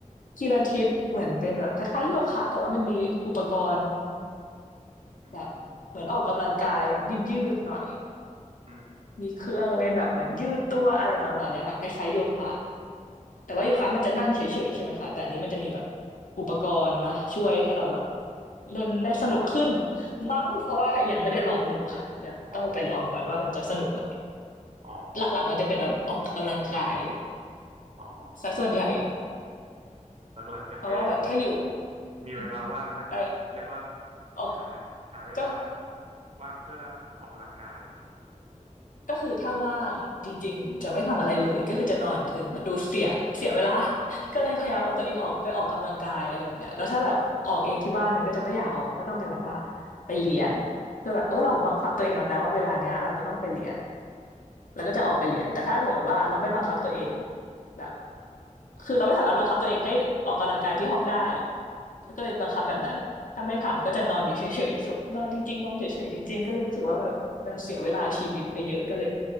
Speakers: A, on the left; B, on the right.
A: พีลาทิสเหมือนเป็นแบบคล้ายๆโยคะแต่ว่ามันมีอุปกรณ์
B: อืม
A: แบบเหมือนออกกำลังกายแบบยืดๆหน่อย
B: อืม
A: มีเครื่องเล่นแบบเหมือนยืดตัวอะไรประมาณเนี้ยค่ะคล้ายๆโยคะแต่ว่าโยคะมันจะนั่งเฉยๆใช่ไหมคะแต่อันนี้มันจะมีแบบอุปกรณ์มาช่วยให้เราแบบเล่นได้สนุกขึ้นมั้งเพราะว่ายังไม่ได้ลองดูค่ะเดี๋ยวต้องไปลองก่อนว่ามันจะสนุกไหม
B: อ๋ออ๋อ
A: หลักๆมันจะเป็นแบบออกกำลังกาย
B: อ๋อ
A: ซะส่วนใหญ่
B: หลักๆจะไป
A: เพราะว่าแบบถ้าอยู่
B: มีเวลาว่างก็จะเรียกว่า
A: อืมไปออก
B: หาหาเวลา
A: ก็
B: ว่างเพื่อออกกำลังกาย
A: ก็คือถ้าว่างจริงๆจะไม่ทำอะไรเลยก็คือจะนอนถือมันดูเสียเสียเวลา <laughs> ก็เลยพยายามเอาตัวเองออกไปออกกำลังกายอะไรแบบเนี้ยแล้วถ้าแบบออกเองที่บ้านมันก็จะไม่อยากออกก็ต้องไปแบบว่า
B: อืม
A: ไปเรียนเพื่อแบบเออเราบังคับตัวเองแล้วนะว่าเวลาเนี้ยเราจะต้องไปเรียน
B: อืมอืม
A: แล้วก็จะออกไปเรียน แต่ถ้าสมมติว่าเราไม่บังคับตัวเองแบบ คือเราไม่สามารถบังคับตัวเองให้ออกกำลังกายที่ห้องได้แล้วก็เลยบังคับแบบนั้นถ้าไม่ทำก็จะนอนอยู่เฉยๆจบนอนจริงๆนอนเฉยๆจริงๆก็เลยรู้สึกว่ามันแบบมันเสียเวลาชีวิตไปเยอะก็เลย